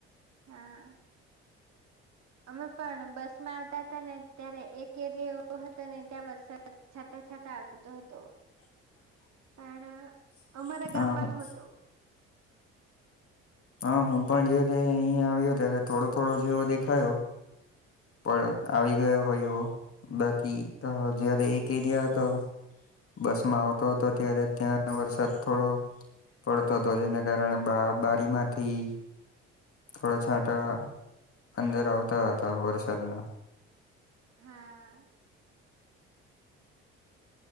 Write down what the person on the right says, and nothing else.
હા. અમે પણ બસ માં આવતા હતા ને ત્યારે એક એરિયો એવો હતો ને ત્યાં વરસાદ છાંટા-છાંટ આવતો હતો.
પણ અમારા
ગામમાં નો હતો.
હા
હા.